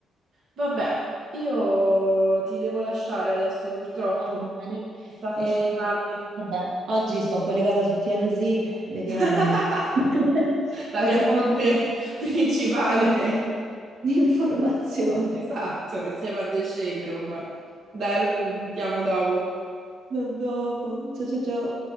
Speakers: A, on the right (about 50°); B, on the right (about 75°).
A: Vabbè, io ti devo lasciare adesso purtroppo,
B: Va bene.
A: si sta
B: E,
A: facendo tardi.
B: vabbè, oggi sto collegata su TMZ, vediamo.
A: <laughs>
B: <laughs>
A: La
B: Eh
A: mia
B: sì,
A: fonte <laughs> principale,
B: l'informazione.
A: esatto, insieme a The Shade Room. Dai, allora ci sentiamo dopo.
B: Da dopo. Ciao ciao ciao.